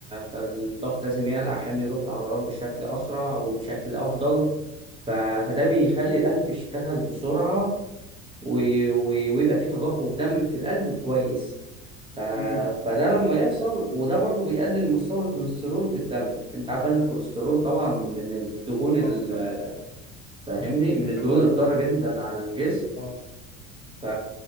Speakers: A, on the right (about 15°); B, on the left (about 30°).
A: فالضغط لازم يعلى عشان يروح للعضلات بشكل اسرع وبشكل افضل ف... فده بيخلي القلب يشتغل بسرعه و... و... ويبقى فيه تدفق دم في القلب كويس ف...
B: امم
A: فده لما يحصل وده برضو بيقلل مستوى الكوليسترول في الدم انت عارف ان الكوليسترول طبعا من الدهون ال-
B: اه
A: فاهمني من
B: فالواحد
A: الدهون الضاره جدا على الجسم
B: اه
A: ف...